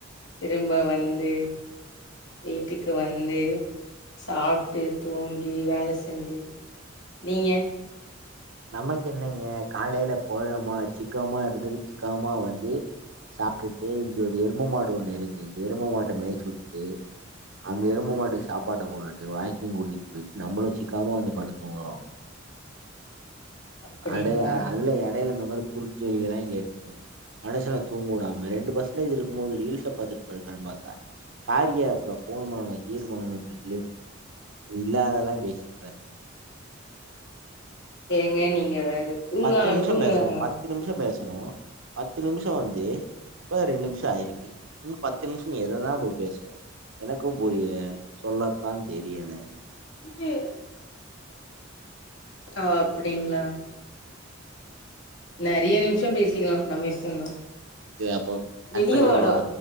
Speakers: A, on the left; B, on the right.
A: திரும்ப வந்து வீட்டுக்கு வந்து சாப்ட்டு தூங்கி வேல செஞ்சி நீங்க
B: நமக்கென்னங்க காலைல போனமா சிக்காமாருந்து சிக்காமா வந்து சாப்டுட்டு இங்க ஒரு எருமமாடு ஒண்ணு இருக்கு எருமமாட்ட மேய்ச்சு வுட்டு அந்த எரும மாட்டுக்கு சாப்பாட்ட போட்டுட்டு வாக்கிங் கூட்டிட் போயிட்டு நம்புளும் சிக்காமா வந்து படுத்தூங்குறோ
A: அப்டிங்களா
B: அடே அதுல எடையில இந்தமேர் குறுக்கேள்விகளா கேட் மனுசன தூங்க உடாம ரெண்டு பர்சன்டேஜ் இருக்கும்போது ரீல்ஸ பாத்துட் படுக்கலான் பாத்தா காரியா ஆப்ல ஃபோன் பண்ணு கீர் பண்ணுஞ்சொல்லி இல்லாததெல்லா பேசிட் கெடக்கு
A: ஏங்க நீங்க வேற தூங்கா
B: பத்து நிமிஷம்
A: தூங்களாங்க
B: பேசணும் பத்து நிமிஷ பேசணு பத்து நிமிஷ வந்து இப்பதா ரெண்டு நிமிஷ ஆயிருக்கு இன்னு பத்து நிமிஷம் நீ எததா போய் பேசுவ எனக்கு புரியல சொல்லத்தா தெரியல
A: இது அ அப்டிங்ளா நெறைய நிம்ஷ பேசிக்ளா நம்ம இஷ்டந்தா
B: சரி அப்போ கட் பண்ணிடவா